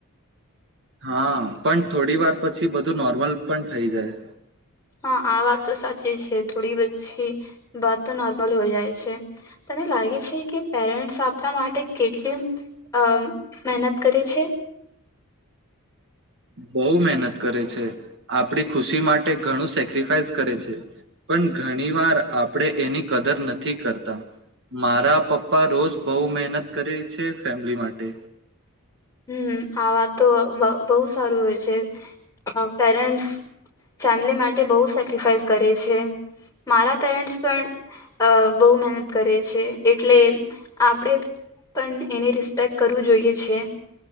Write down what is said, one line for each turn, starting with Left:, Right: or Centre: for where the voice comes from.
Right: હા પણ થોડી વાર પછી બધું નોર્મલ પણ થઈ જાય.
Left: હા આ વાત તો સાચી છે, થોડી પછી વાતો તો નોર્મલ હોય જાય છે. તને લાગે છે, કે. પેરેન્ટ્સ આપણા માટે કેટલી અ મહેનત કરે છે.
Right: બહુ મહેનત કરે છે, આપણી ખુશી માટે ઘણું સેક્રિફાઈસ કરે છે, પણ ઘણી વાર આપણે એની કદર નથી કરતા, મારા પપ્પા રોજ બહુ મહેનત કરે છે, ફેમિલી માટે.
Left: હમ આ વાત તો બહુ સારું હોય છે પેરેન્ટ્સ ફેમિલી માટે બહુ સેક્રિફાઈસ કરે છે મારા પેરેન્ટ્સ પણ બહુ મહેનત કરે છે એટલે આપણે પણ એની રિસ્પેક્ટ કરવું જોઈએ છે